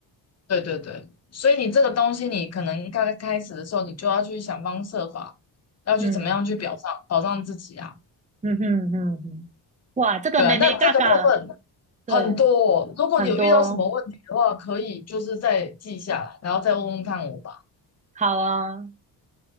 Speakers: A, on the left; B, on the right.
A: 对对对，所以你这个东西你可能刚开始的时候，你就要去想方设法，要去怎么样去表上保障自己啊。
B: 嗯嗯哼哼哼，哇，这个妹妹嘎嘎，
A: 对啊，那这个部分
B: 对，
A: 很多哦，如果你有遇到什么问题的话，
B: 很多，
A: 可以就是再记下来，然后再问问看我吧。
B: 好啊，